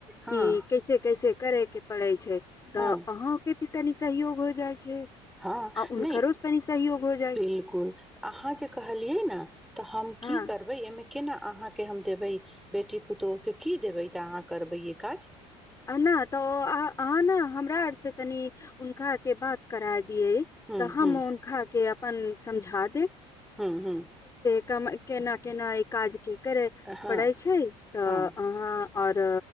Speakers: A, in the centre; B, on the left.
A: हँ
B: कि कैसे कैसे करे के पड़ै छै तऽ
A: हँ
B: अहाँके कनी सहयोग हो जाय छै
A: हँ
B: आ हुनकरो
A: नहि
B: से तनि सहयोग हो जाइ
A: बिलकुल अहाँ जे कहलियै ने तऽ हम
B: हँ
A: की करबै एहिमे केना अहाँ के हम देबे बेटी पुतो के की देबे त अहाँ करबैयए काज
B: नहि तऽ नहि हम त दिय
A: हूँ
B: तऽ हम
A: हूँ
B: खा के अपन समझा दे
A: हँ हँ
B: केना केना ई काज के करै
A: हँ
B: पढ़ै छै तऽ
A: हँ
B: अहाँ आऔर